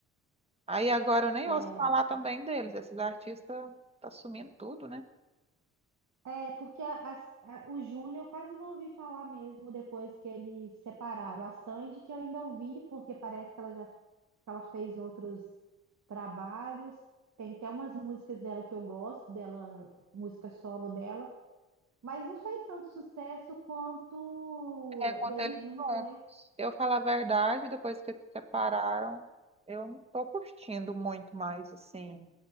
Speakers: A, on the right; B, on the right.
A: Aí agora eu nem
B: É.
A: ouço falar também deles, esses artistas tá sumindo tudo, né?
B: É porque a- a- a- o Júnior eu quase não ouvi falar mesmo depois que eles separaram. A Sandy que eu ainda ouvi, porque parece que ela já que ela fez outros trabalhos. Tem até umas músicas dela que eu gosto, dela, música solo dela, mas não fez tanto sucesso quanto
A: É, quando
B: deles
A: eles
B: junto,
A: juntos.
B: né?
A: Eu falo a verdade, depois que eles se separaram, eu não tô curtindo muito mais, assim,